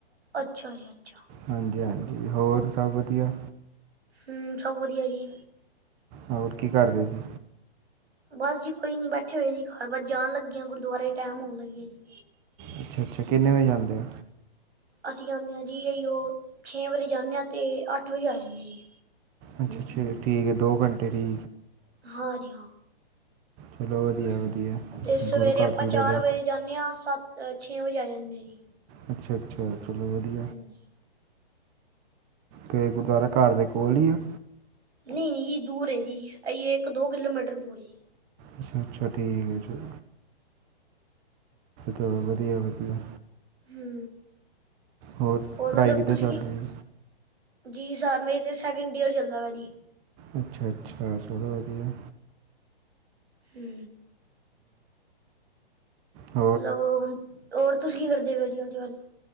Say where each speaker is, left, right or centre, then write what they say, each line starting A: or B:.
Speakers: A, on the right; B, on the right.
A: ਅੱਛਾ ਜੀ ਅੱਛਾ।
B: ਹਾਂਜੀ ਹਾਂਜੀ, ਹੋਰ ਸਭ ਵਧੀਆ?
A: ਹੂੰ, ਸਭ ਵਧੀਆ ਜੀ।
B: ਹੋਰ ਕੀ ਕਰਦੇ ਸੀ?
A: ਬਸ ਜੀ ਕੋਈ ਨੀ ਬੈਠੇ ਹੋਏ ਜੀ ਘਰ, ਬਸ ਜਾਣ ਲੱਗੀਆਂ ਗੁਰਦੁਆਰੇ ਟਾਈਮ ਹੋਣ ਲੱਗੀਆਂ ਜੀ।
B: ਅੱਛਾ-ਅੱਛਾ! ਕਿੰਨੇ ਵਜੇ ਜਾਂਦੇ ਓ?
A: ਅਸੀਂ ਜਾਨੇ ਆ ਜੀ, ਆਇਯੋ ਛੇ ਵਜੇ ਜਾਂਦੇ ਹਾ ਅਤੇ ਅੱਠ ਵਜੇ ਆ ਜਾਂਨੇ ਆ ਜੀ।
B: ਅੱਛਾ-ਅੱਛਾ! ਠੀਕ ਹੈ ਦੋ ਘੰਟੇ ਦੀ
A: ਹਾਂਜੀ ਹਾਂ।
B: ਚਲੋ ਵਧੀਆ ਵਧੀਆ।
A: ਤੇ ਸਵੇਰੇ
B: ਗੁਰੂ ਘਰ
A: ਆਪਾਂ
B: ਜੁੜੇ
A: ਚਾਰ
B: ਦਿਓ
A: ਵਜੇ ਜਾਂਨੇ ਆ ਸੱਤ, ਛੇ ਵਜੇ ਆ ਜਾਂਨੇ ਆ ਜੀ।
B: ਅੱਛਾ-ਅੱਛਾ ਚਲੋ ਵਧੀਆ।
A: ਹਾਂਜੀ, <inaudible>
B: ਤੇ ਗੁਰਦੁਆਰਾ ਘਰ ਦੇ ਕੋਲ ਈ ਆ?
A: ਨਈ ਜੀ, ਦੂਰ ਐ ਜੀ, ਅਏ ਇੱਕ ਦੋ ਕਿਲੋਮੀਟਰ ਦੂਰ ਹੈ ਜੀ।
B: ਅੱਛਾ-ਅੱਛਾ ਠੀਕ ਹੈ ਜੀ। ਚਲੋ ਵਧੀਆ ਵਧੀਆ।
A: ਹੂੰ।
B: ਹੋਰ? ਪੜ੍ਹਾਈ
A: ਮਤਲਬ
B: ਕਿੱਦਾਂ
A: ਤੁਸੀਂ
B: ਚੱਲ
A: ਕੀ
B: ਰਹੀ ਆ?
A: ਜੀ, ਸਰ ਮੇਰੇ ਤਾਂ ਸੈਕਿੰਡ ਈਅਰ ਚੱਲਦਾ ਭਾਜੀ।
B: ਅੱਛਾ-ਅੱਛਾ ਚਲੋ ਵਧੀਆ।
A: ਹੂੰ।
B: ਹੂੰ।
A: ਮਤਲਬ ਹੁਣ, ਹੋਰ ਤੁਸੀਂ ਕੀ ਕਰਦੇ ਪਏ ਜੀ ਅੱਜ- ਕੱਲ੍ਹ।